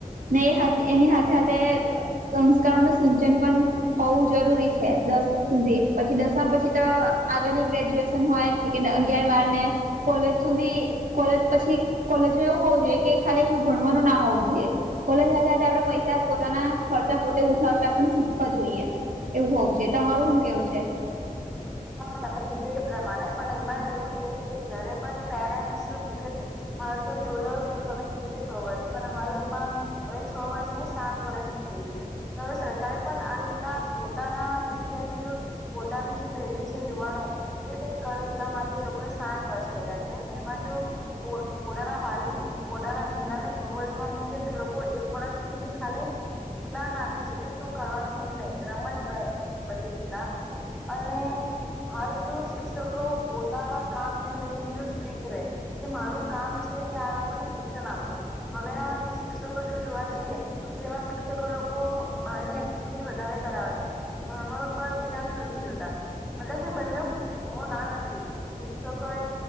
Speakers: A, on the right; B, in the centre.
A: ને હાથે એની હાથે હાથે સંસ્કારો નુ સિંચન પણ હોવું જરૂરી છે દસ સુધી પછી દસમા પછી તો આગળની ગ્રેજ્યુએશન હોય જ છે અગિયાર બાર ને કોલેજ સુધી કોલેજ પછી કોલેજમાં એવું હોવું જોઈએ કે ખાલી એકલું ભણવાનું ના હોવું જોઈએ. કોલેજ સાથે સાથે આપડે પૈસા પોતાના ખર્ચા પોતે ઉઠાવતા પણ શીખવા જોઈએ. એવું હોવુ જોઇએ તમારું હું કેવું છે.
B: હ તમે કીધું એ પ્રમાણે પણ એમાં એવું છે કે જયારે પણ પેરેન્ટ્સ મૂકે છે. હાલ તો જોયો તો તમે કીધું કે છ વર્ષ પણ હાલમાં હવે છ વર્ષ નહી સાત વર્ષ એવી રીતે હવે સરકાર પણ આ રીતના પોતાના વિદ્યાર્થીઓ પોતાનું જે યુવાનો એક <unintelligible> કરે એટલા માટે લોકો સાત વર્ષ કર્યા છે એમાં જો ઓ ઓડાના હાલી પોતાના દીકરાને છ વર્ષમાં મૂકે તે લોકો એક વર્ષ સુધી ખાલી જ્ઞાન આપે છે કે શું કરવાનું શું નહી રમત બધું અને. હાલ જો શિક્ષકો પોતાના કામને લઈને જો સ્ટ્રીક રહેે કે મારું કામ છે કે આ લોકોને શિક્ષણ આપું. હવે ના શિક્ષકો જો જોવા જઈએ તો એમાં શિક્ષકો લોકો બાનુ <unintelligible> વધારે કરાવે છે. ભણવાના પર ધ્યાન નથી જોતા. એટલે કે બંને કરાવો ના નથી. શિક્ષકોએ